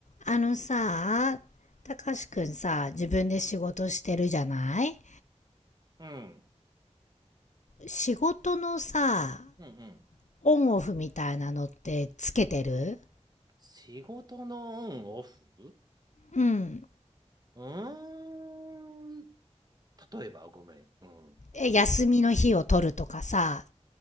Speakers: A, on the left (about 85°); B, on the right (about 35°).
A: あのさ、たかしくんさ、自分で仕事してるじゃない
B: うん。
A: 仕事のさ、
B: うんうん。
A: オンオフみたいなのってつけてる
B: 仕事のオンオフう
A: うん。
B: ーん。例えば、ごめん。うん。
A: え、休みの日を取るとかさ、